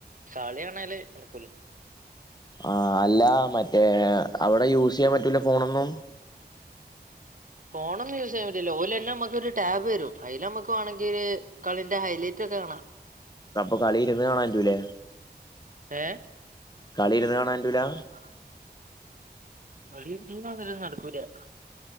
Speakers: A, on the right; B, on the left.
A: കളിയാണേല് നടക്കൂല്ലാ
B: ആഹ് അല്ല മറ്റേ അവിടെ യൂസ് ചെയ്യാൻ പറ്റൂലാ ഫോണൊന്നും
A: ഫോണൊന്നും യൂസ് ചെയ്യാൻ പറ്റില്ലാ ഓലെന്നെ നമ്മക്കൊരു ടാബ് തരും അയില് നമ്മക്ക് വാണെങ്കില് കളിന്റെ ഹൈലൈറ്റ് ഒക്കെ കാണാം
B: അപ്പൊ കളി ഇരുന്ന് കാണാൻറ്റൂലേ
A: ഏ
B: കളി ഇരുന്ന് കാണാൻറ്റൂലാ
A: <inaudible> കളി <unintelligible> നടക്കൂലാ